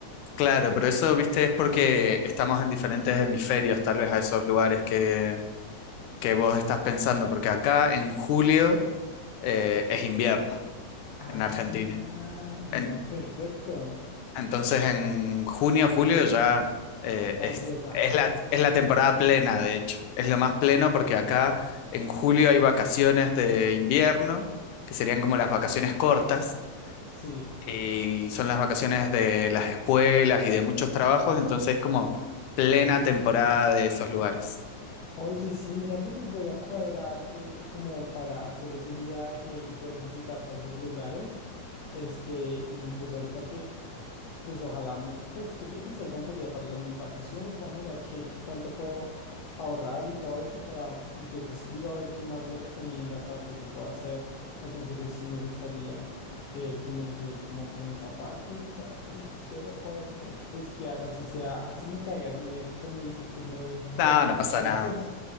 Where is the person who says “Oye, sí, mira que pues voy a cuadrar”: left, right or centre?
Left